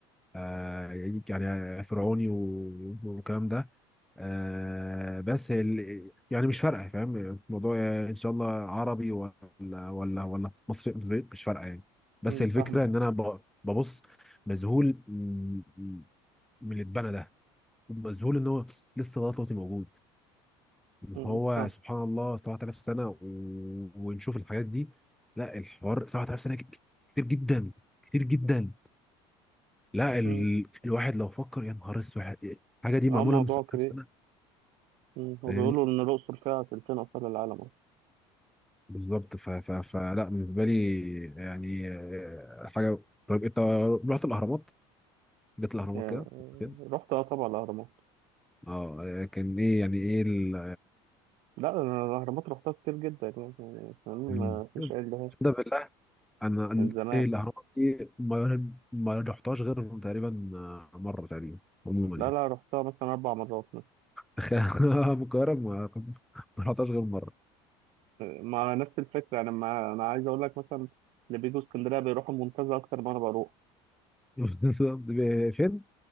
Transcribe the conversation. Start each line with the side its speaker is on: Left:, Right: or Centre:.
Centre: آه، يعني فرعوني و- والكلام ده آه، بس ال- يعني مش فارقه فاهم الموضوع ان شاء الله عربي ولا ولا ولا مصري مصري، مش فارقه يعني بس
Right: امم
Centre: الفكره
Right: فاهمك
Centre: ان انا ب- ببص مذهول من من اللي اتبنى ده مذهول ان هو لسه لغايه دلوقتي موجود ان
Right: امم
Centre: هو
Right: فاهم
Centre: سبحان الله 7000 سنه و... ونشوف الحاجات دي لا الحوار 7000 سنه ك- كتير جدا كتير جدا لا ال...
Right: امم
Centre: الواحد لو فكر يا نهار اسود الحاجه دي معموله
Right: اه موضوع
Centre: من سنه
Right: كبير
Centre: لسنه
Right: امم وبيقولوا
Centre: فاهمني
Right: ان الاقصر فيها تلتين اثار العالم أصلاً.
Centre: بالظبط ف... ف... فلا بالنسبه لي يعني آه، حاجه طيب انت رحت الاهرامات جت الاهرامات
Right: آه،
Centre: كده كده؟
Right: رحت اه طبعا الاهرامات
Centre: اه آه، كان ايه يعني ايه ال...
Right: لا انا الاهرامات رحتها كتير جدا يعني يعني فاهمني
Centre: مم.
Right: ما فيش عيب لهاش
Centre: تصدق بالله انا أنا-
Right: من زمان
Centre: ايه الاهرامات دي ما ما رحتهاش غير تقريبا آه، مره تقريبا عموما
Right: لا
Centre: يعني
Right: لا رحتها مثلا اربع مرات
Centre: تخيل أنا <laughs> من القاهره ما ما رحتهاش غير مره
Right: مع نفس الفكره انا مع... انا عايز اقول لك مثلا اللي بيجوا اسكندريه بيروحوا المنتزه اكتر ما انا بروح
Centre: <laughs> بالظبط. فين؟